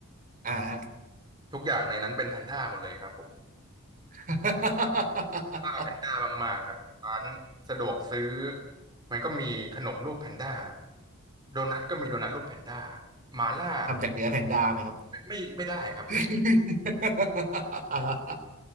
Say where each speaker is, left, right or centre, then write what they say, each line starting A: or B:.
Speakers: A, on the right; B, on the right.
A: อ่าฮะ
B: ทุกอย่างในนั้นเป็นแพนด้าหมดเลยครับผม
A: <laughs>
B: ป้าแพนด้ามากๆครับร้านสะดวกซื้อมันก็มีขนมรูปแพนด้าโดนัทก็มีโดนัทรูปแพนด้าหมาล่า
A: ทำจากเนื้อแพนด้าไหมครับ
B: ไม่ไม่ไม่ได้ครับเป็น
A: <laughs>